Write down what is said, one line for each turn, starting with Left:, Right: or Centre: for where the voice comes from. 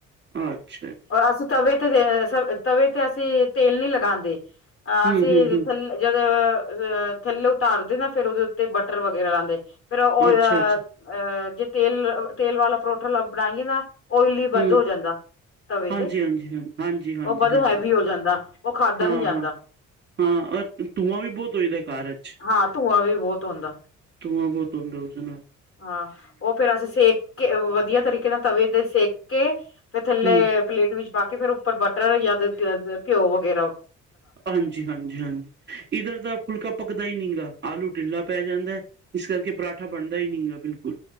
Right: ਅੱਛਾ-ਅੱਛਾ।
Left: ਔਰ ਅਸੀਂ ਤਵੇ ਤੇ ਤਵੇ ਤੇ ਅਸੀਂ ਤੇਲ ਨੀ ਲਗਾਂਦੇ ਅ
Right: ਹੂੰ
Left: ਅਸੀਂ
Right: ਹੂੰ ਹੂੰ
Left: ਥੱਲੇ ਅਹ ਥੱਲੇ ਉਤਾਰਦੇ ਨਾ ਫੇਰ ਉਹਦੇ ਉੱਤੇ ਬਟਰ ਵਗੈਰਾ ਲਾਂਦੇ ਫਿਰ ਉਹ
Right: ਅੱਛਾ
Left: ਅਹ
Right: ਅੱਛਾ
Left: ਅਹ ਜੇ ਤੇਲ-ਤੇਲ ਵਾਲਾ ਪਰੋਠਾ ਲ ਬਣਾਈਏ ਨਾ ਓਇਲੀ
Right: ਹੂੰ
Left: ਵੱਧ ਹੋ ਜਾਂਦਾ। ਤਵੇ
Right: ਹਾਂਜੀ
Left: ਤੇ
Right: ਹਾਂਜੀ ਹਾਂ ਹਾਂਜੀ ਹਾਂਜੀ
Left: ਉਹ ਬਧ
Right: ਹਾਂਜੀ
Left: ਹੈਵੀ ਹੋ ਜਾਂਦਾ, ਉਹ ਖਾਧਾ
Right: ਹਾਂ
Left: ਨੀ ਜਾਂਦਾ।
Right: ਹਾਂ ਹਾਂ ਧੂੰਆਂ ਵੀ ਬਹੁਤ ਹੋਈਦਾ ਘਰ ਚ।
Left: ਹਾਂ ਧੂੰਆਂ ਵੀ ਬਹੁਤ ਹੁੰਦਾ।
Right: ਤੂੰਆ ਬਹੁਤ ਹੂੰਦਾ ਉਸਦੇ ਨਾਲ।
Left: ਹਾਂ ਉਹ ਫੇਰ ਅਸੀਂ ਸੇਕ ਕੇ ਵਧੀਆ ਤਰੀਕੇ ਨਾਲ ਤਵੇ ਤੇ ਸੇਕ ਕੇ। ਫਿਰ ਥੱਲੇ
Right: ਹਮ
Left: ਪਲੇਟ ਵਿੱਚ ਪਾ ਕੇ, ਫੇਰ ਉੱਪਰ ਬਟਰ ਜਾਂ ਫਿਰ ਘਿਓ ਵਗੈਰਾ ਪਾਕੇ।
Right: ਹਾਂਜੀ-ਹਾਂਜੀ-ਹਾਂਜੀ। ਇੱਧਰ ਦਾ ਫੁਲਕਾ ਪੱਕ ਪੱਕਦਾ ਹੀ ਨਹੀਂ ਗਾ, ਆਲੂ ਢਿੱਲਾ ਪੈ ਜਾਂਦਾ, ਇਸ ਕਰਕੇ ਪਰਾਂਠਾ ਬਣਦਾ ਹੀ ਨਹੀਂ ਗਾ ਬਿਲਕੁਲ।